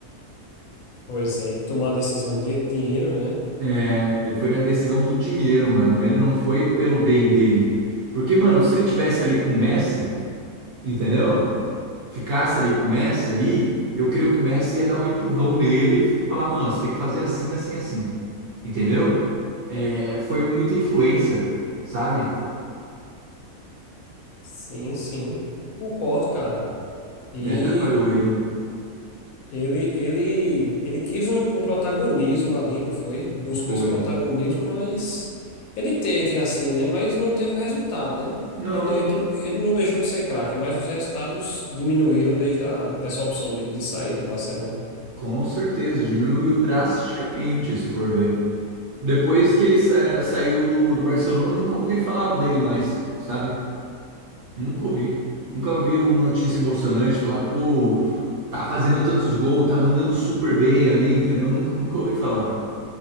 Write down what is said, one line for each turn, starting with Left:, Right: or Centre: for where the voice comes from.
Left: Pois é, ele tomou a decisão dele, dinheiro, né?
Right: É, ele foi na decisão do dinheiro, mano. Ele não foi pelo bem dele. Porque, mano, se ele tivesse ali com o Messi, entendeu? Ficasse ali com o Messi ali, eu creio que o Messi ia dar um empurrão nele e falar, mano, você tem que fazer assim, assim, assim. Entendeu? É, foi muita influência, sabe?
Left: Sim, sim. Eu Concordo, cara. E.
Right: Daí atrapalhou ele.
Left: Ele, ele, ele quis um, um protagonismo ali, não foi? Buscou
Right: Foi.
Left: esse protagonismo, mas ele teve assim, né? Mas não teve o resultado, né?
Right: Não,
Left: Ele, ele, ele não deixou de ser craque, mas os resultados diminuíram desde a, dessa opção dele de sair do Barcelona.
Right: com certeza, diminuiu drasticamente, se for ver. Depois que ele sa- saiu do, do Barcelona, eu nunca ouvi falar dele mais, sabe? Nunca ouvi. Nunca vi uma notícia emocionante falar, pô, tá fazendo tantos gols, tá mandando super bem ali, entendeu? Nunca, nunca ouvi falar.